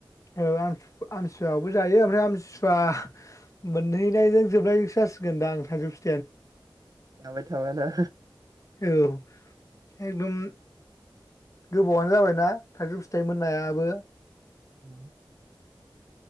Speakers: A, on the left; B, on the right.
A: औ आमथि आमथिसुवायावबो जायो ओमफ्राय आमथिस बा मोनहैनायजों जोबनायजोंसो जासिगोन दां थाइजौ फि
B: जाबाय थाबाना
A: औ एकदम गोबावानो जाबायना थाइजौ फिथाइ मोननायाबो
B: <unintelligible>